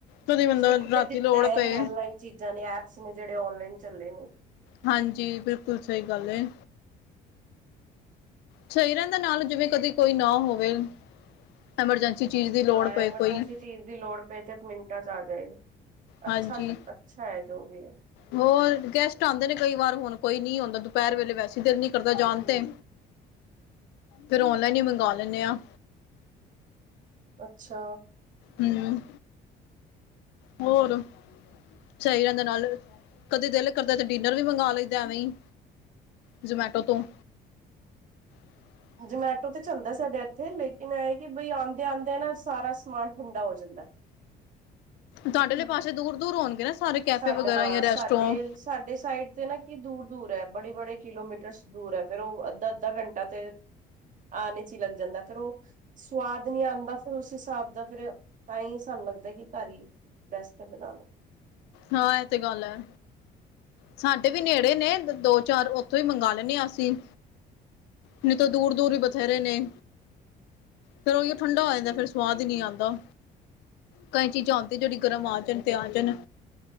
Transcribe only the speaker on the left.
ਕਦੇ ਬੰਦਾ
ਰਾਤੀ
ਲੋੜ
ਪਏ
ਹਾਂਜੀ, ਬਿਲਕੁਲ ਸਹੀ ਗੱਲ ਏ। ਸਹੀ ਰਹਿੰਦਾ ਨਾਲ ਜਿਵੇਂ, ਕਦੇ ਕੋਈ ਨਾ ਹੋਵੇ ਐਮਰਜੈਂਸੀ ਚੀਜ਼ ਦੀ ਲੋੜ
ਪਏ
ਕੋਈ।
ਹਾਂਜੀ
ਹੋਰ ਗੈਸਟ ਆਉਂਦੇ ਨੇ ਕਈ ਵਾਰ ਹੁਣ, ਕੋਈ ਨੀ ਆਉਂਦਾ ਦੁਪਹਿਰ ਵੇਲੇ ਵੈਸੇ ਦਿਲ ਨੀ ਕਰਦਾ ਜਾਣ ਤੇ ਫੇਿਰ ਔਨਲਾਈਨ ਹੀ ਮੰਗਵਾ ਲੈਂਦੇ ਆ।
ਹੂੰ, ਹੋਰ। ਸਹੀ ਰਹਿੰਦਾ ਨਾਲ, ਕਦੇ ਦਿਲ ਕਰਦਾ ਤੇ ਡਿਨਰ ਵੀ ਮੰਗਵਾ ਲੈਂਦਾ ਐਵੇਂ ਹੀ। ਜ਼ਮੈਟੋ ਤੋਂ। ਹਾਂ।
ਤੁਹਾਡੇ ਆਲੇ ਪਾਸੇ ਦੂਰ ਦੂਰ ਹੋਣਗੇ ਨਾ, ਸਾਰੇ ਕੈਫੇ
ਵਗੈਰਾ
ਜਾਂ ਰੈਸਟੋਰੋਂ
ਹਾਂ ਇਹ ਤੇ ਗੱਲ ਹੈ। ਸਾਡੇ ਵੀ ਨੇੜੇ ਨੇ ਦੋ, ਚਾਰ ਉੱਥੋਂ ਹੀ ਮੰਗਵਾ ਲੈਂਨੇ, ਆ, ਅਸੀਂ। ਨਹੀ ਤਾ ਦੂਰ -ਦੂਰ ਹੀ ਬਥੇਰੇ ਨੇ, ਫੇਰ ਉਹੀ ਠੰਡਾ ਹੋ ਜਾਂਦਾ, ਫਿਰ ਸਵਾਦ ਹੀ ਨੀ ਆਂਦਾ, ਕਈ ਚੀਜ਼ਾਂ ਹੁੰਦੀਆਂ, ਜੇੜੀ ਗਰਮ ਆ ਜਾਣ, ਤੇ ਆ ਜਾਣ,